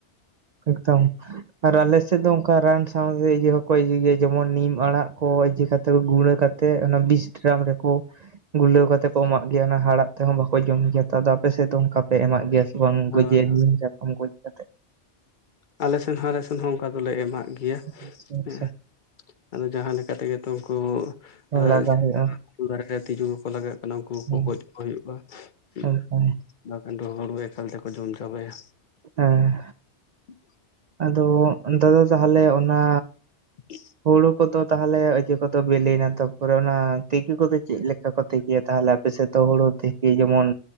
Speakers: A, on the right; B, on the left.
A: ᱮᱠᱫᱚᱢ ᱟᱨ ᱟᱞᱮ ᱥᱮᱜ ᱫᱚ ᱚᱝᱠᱟ ᱨᱟᱱ ᱥᱟᱶᱛᱮ ᱤᱭᱟᱹ ᱦᱚᱸᱠᱚ ᱤᱭᱟᱹᱭ ᱜᱮᱭᱟ ᱾ ᱡᱮᱢᱚᱱ ᱱᱤᱢ ᱟᱲᱟᱜ ᱠᱚ ᱤᱭᱟᱹ ᱠᱟᱛᱮ ᱠᱚ ᱜᱩᱲᱟᱹ ᱠᱟᱛᱮ ᱛᱮᱜ ᱚᱱᱟ ᱵᱤᱥ ᱰᱨᱟᱢ ᱨᱮᱠᱚ ᱜᱩᱨᱞᱟᱹᱣ ᱠᱟᱛᱮ ᱠᱚ ᱮᱢᱟᱜ ᱜᱮᱭᱟ ᱾ ᱚᱱᱟ ᱦᱟᱲᱦᱟᱜ ᱛᱮᱦᱚᱸ ᱵᱟᱠᱚ ᱡᱚᱢ ᱜᱮᱭᱟ ᱛᱚ ᱾ ᱟᱫᱚ ᱟᱯᱮᱥᱮᱜ ᱫᱚ ᱚᱝᱠᱟ? ᱯᱮ ᱮᱢᱟᱜ ᱜᱮᱭᱟ ᱵᱟᱝ
B: ᱦᱳᱭ
A: ᱜᱚᱡᱮ
B: ᱦᱳᱭ
A: ᱱᱤᱢ ᱥᱟᱠᱟᱢ ᱠᱚ ᱤᱫᱤ ᱠᱟᱛᱮᱜ?
B: ᱟᱞᱮ ᱥᱮᱱ ᱦᱚᱸ ᱟᱞᱮ ᱥᱮᱱ ᱦᱚᱸ ᱚᱝᱠᱟ ᱫᱚᱞᱮ ᱮᱢᱟᱜ ᱜᱮᱭᱟ
A: ᱟᱪᱪᱷᱟ ᱟᱪᱪᱷᱟ
B: ᱾ᱦᱮᱸ ᱟᱫᱚ ᱡᱟᱦᱟᱸ ᱞᱮᱠᱟ ᱛᱮᱜᱮ ᱛᱚ ᱩᱝᱠᱩ <unintelligible>
A: ᱞᱟᱜᱟᱣ ᱦᱩᱭᱩᱜᱼᱟ
B: ᱫᱟᱨᱮ ᱨᱮ ᱛᱤᱡᱩ ᱠᱚᱠᱚ ᱞᱟᱜᱟᱜ ᱩᱱᱠᱩ ᱠᱚ
A: ᱦᱮᱸ
B: ᱜᱚᱡ ᱠᱚ ᱦᱩᱭᱩᱜᱼᱟ ᱾
A: ᱮᱠᱫᱚᱢ
B: ᱵᱟᱠᱷᱟᱱ ᱫᱚ ᱦᱳᱲᱳ ᱮᱠᱟᱞ ᱛᱮᱠᱚ ᱡᱚᱢ ᱪᱟᱵᱟᱭᱟ᱾
A: ᱦᱮᱸ
B: <inaudible>
A: ᱟᱫᱚ ᱱᱮᱛᱟᱨ ᱛᱟᱦᱚᱞᱮ ᱚᱱᱟ
B: <inaudible>
A: ᱦᱩᱲᱩ ᱠᱚᱼᱫᱚ ᱛᱟᱦᱚᱞᱮ ᱤᱭᱟᱹ ᱠᱚᱼᱫᱚ ᱵᱮᱞᱮᱭᱮᱱᱟᱛᱚ ᱛᱟᱯᱚᱨᱮ ᱚᱱᱟ ᱛᱤᱠᱤ ᱠᱚᱼᱫᱚ ᱪᱮᱜ ᱞᱮᱠᱟ ᱠᱚ ᱛᱮᱠᱮᱭᱟ᱾ ᱛᱟᱦᱚᱞᱮ ᱟᱯᱮᱥᱮᱜ ᱛᱚ ᱦᱳᱲᱳ ᱛᱮᱠᱮ ᱡᱮᱢᱚᱱ